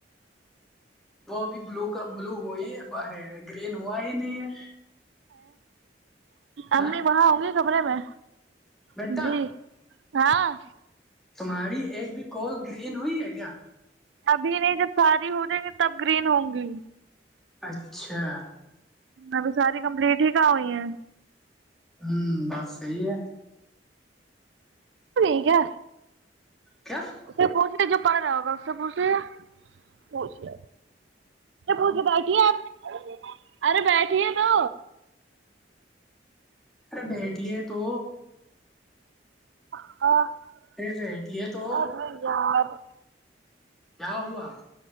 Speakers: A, in the centre; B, on the right.
A: وہ ابھی بلو کا بلو ہوئیرے گرین ہوا ہی نہیں ہے
B: امی
A: ہ
B: وہاں ہوں گی کبرے میں
A: بیٹا
B: جی ہاں
A: تمہاری ایک بھی کوال گرین ہوئی ہے کیا
B: ابھی نہیں جب ساری ہو جائیں گی تب گرین ہوں گی
A: اچھا
B: ابھی ساری کمپلیٹ ہی کہاں ہوئی ہیں
A: ہوں بس صحی ہے
B: یک ہے
A: کیا
B: اس سے پوچھ ل جو پڑ رہا ہوگا اس سے پوچھ ل گ پوچھ گ پے بیٹھیے آپ ارے بیٹھی ہے تو
A: ارے بیٹھیے تو
B: <unintelligible>
A: ا بیٹے تو
B: ارے یار
A: کیا ہوا